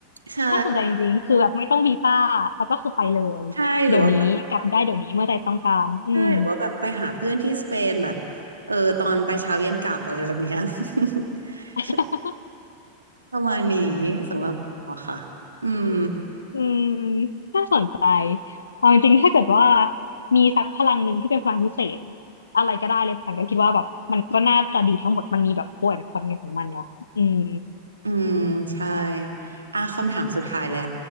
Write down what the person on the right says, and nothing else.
ใช่
ใช่หรือว่าแบบ ใช่หรือว่าแบบไปหาเพื่อนที่สเปนแบบเออตอนไปเช้าเย็นกลับอะไรแบบเนี้ย <laughs>
ใช่ประมาณนี้สำหรับว่าค่ะอืม
อืมใช่อ่ะคำถามสุดท้ายแหละ